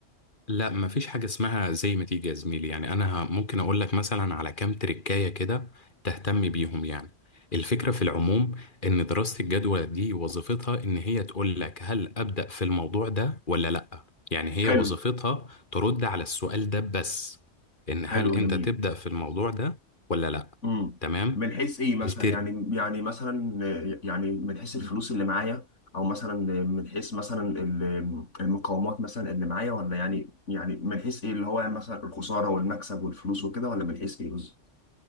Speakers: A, on the left; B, on the left.
A: لا مفيش حاجة اسمها زي ما تيجي يا زميلي يعني انا ه- ممكن اقول لك مثلا على كام تريكاية كده تهتم بيهم يعني الفكرة في العموم ان دراسة الجدوى دي وظيفتها ان هي تقول لك هل ابدأ في الموضوع ده ولا لا يعني هي
B: حلو
A: وظيفتها ترد على السؤال ده بس ان
B: حلو
A: هل انت
B: جميل
A: تبدأ في الموضوع ده ولا لا
B: امم
A: تمام
B: من حيث ايه مثلا
A: التر...
B: يعني يعني مثلا آه، يعني من حيث الفلوس اللي معايا او مثلا آه، من حيث مثلا ال- المقاومات مثلا اللي معايا ولا يعني يعني من حيث ايه اللي هو يعني مثلا الخسارة والمكسب والفلوس وكده ولا من حيث ايه بالظبط